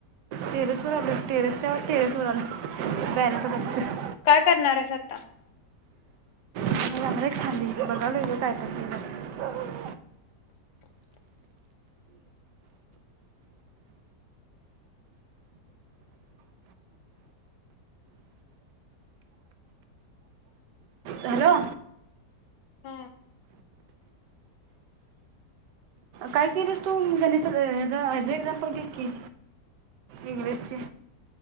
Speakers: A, on the right; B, on the left.
A: टेरेस वर आलोय टेरेसच्या टेरेसवर आलोय बॅलन्स संपलाय.
B: काय करणार आहेस आता.
A: मी जाणारे खाली. यायलोय ग काय करतीस बघायला. हॅलो.
B: हम्.
A: काय केलीस तू गणितच अ <unintelligible> घे कि इंग्लिशची.